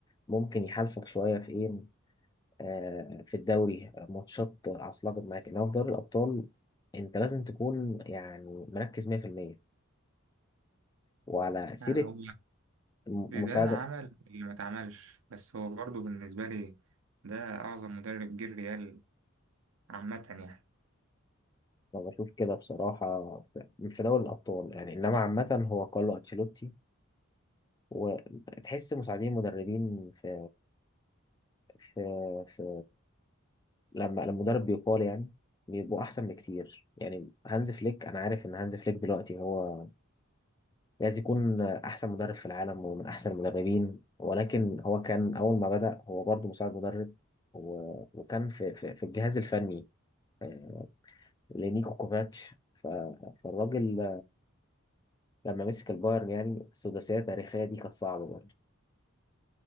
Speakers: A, on the left; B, on the right.
A: ممكن يحالفك شوية في إيه آه، في الدوري آه، ماتشات عصلجت معاك إنما في دوري الأبطال أنت لازم تكون يعني مركز 100% وعلى سيرة
B: آه، هو
A: مساعدة
B: زيدان عمل اللي ما اتعملش بس هو برضه بالنسبة لي ده اعظم مدرب جه الريال عامة يعني
A: انا بشوف كده بصراحه في في دوري الابطال يعني انما عامه هو كارلو انشيلوتي وتحس مساعدين مدربين في في في لما لما المدرب بيقال يعني بيبقوا احسن بكتير يعني هانز فليك انا عارف ان هانز فليك دلوقتي هو لازم يكون احسن مدرب في العالم ومن احسن المدربين ولكن هو كان اول ما بدأ هو برضه مساعد مدرب و- وكان في في في الجهاز الفني آه، لنيكو كوفاتش ف- فالراجل لما مسك البايرن يعني السداسية التاريخية دي كانت صعبة برضه